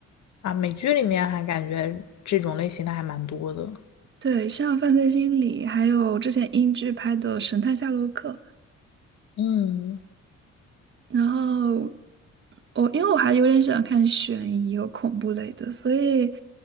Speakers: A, on the left; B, on the right.
A: 啊，美剧里面还感觉这种类型的还蛮多的，
B: 对，像犯罪心理，还有之前英剧拍的《神探夏洛克》。
A: 嗯，
B: 然后我因为我还有点喜欢看悬疑和恐怖类的，所以